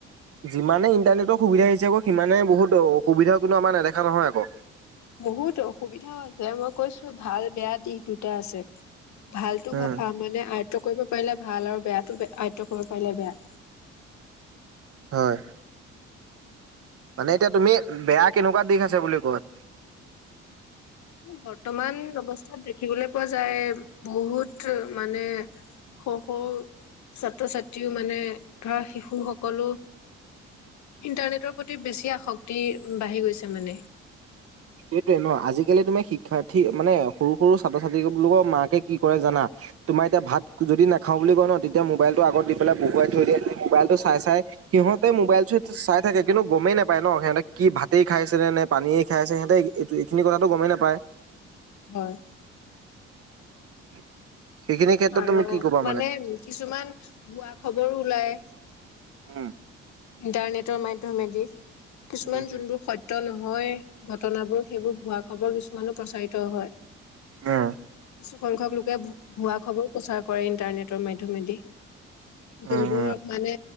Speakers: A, on the right; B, on the left.
A: যিমানে ইণ্টাৰনেটৰ সুবিধা আহি হৈছে আকৌ সিমানে বহুত অসুবিধাও কিন্তু আমাৰ নেদেখা নহয় আকৌ
B: বহুত অসুবিধাও আছে মই কৈছো ভাল বেয়া দিশ দুটা আছে। ভালতো
A: উম
B: মানে আয়ত্ব কৰিব পাৰিলে ভাল আৰু বেয়াটো আয়ত্ব কৰিব পাৰিলে বেয়া
A: হয় মানে এতিয়া তুমি বেয়া কেনেকুৱা দিশ আছে বুলি কয়
B: বৰ্তমান অৱস্থাত দেখিবলৈ পোৱা যায় বহুত মানে সৰু সৰু ছাত্ৰ ছাত্ৰীও মানে ধৰা শিশু সকলো ইণ্টাৰনেটৰ প্ৰতি বেছি আসক্তি বাঢ়ি গৈছে মানে
A: সেইটোয়ে ন আজিকালি তুমি শিক্ষাৰ্থী মানে সৰু সৰু ছাত্ৰ ছাত্ৰীবিলাকৰ মাকে কি কৰে জানা তোমাৰ এতিয়া ভাত যদি নাখাও বুলি কয় ন তেতিয়া মোবাইলটো আগত দি পেলাই বহুৱাই থৈ দিয়ে মোবাইলটো চাই চাই সিহঁতে মোবাইল চাই থাকে কিন্তু গমেই নাপায় ন সিহঁতে কি ভাতেই খাইছে নে নে পানীয়ে খাইছে সিহঁতে এইটো এইখিনি কথাাতটো গমেই নাপায়
B: হয়
A: <unintelligible> ক্ষেত্ৰত
B: আৰু
A: তুমি কি কবা
B: মানে কিছুমান বোৱা খবৰো ওলাই
A: উম
B: ইন্টাৰনেটৰ মাধ্যমেদি কিছুমান
A: উম
B: যোনবোৰ সত্য ন হয় ঘটনাবোৰ সেইবোৰ ভুৱা খবৰ কিছুমানো প্ৰচাৰিত হয়
A: অ
B: কিছুসংখ্যক লোকে ভুৱা খবৰ প্ৰচাৰ কৰে ইণ্টাৰনেটৰ মাধ্যমেদি যোনবোৰ
A: উম উম
B: মানে